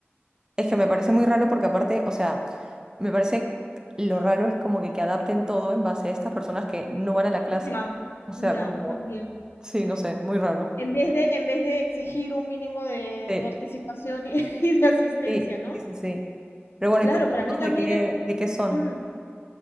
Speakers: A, on the right; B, on the left.
A: Es que me parece muy raro porque aparte, o sea, me parece lo raro es como que, que adapten todo en base a estas personas que no van a la clase.
B: Ya,
A: O sea,
B: ya,
A: como,
B: también.
A: sí, no sé, muy raro.
B: En vez de, en vez de exigir un mínimo de
A: Sí,
B: participación y, <laughs> y de asistencia,
A: sí,
B: ¿no?
A: sí, sí. sí. Pero bueno,
B: Claro,
A: ¿y tus cursos
B: para mí también
A: de qué,
B: es como...
A: de qué son?
B: Mm,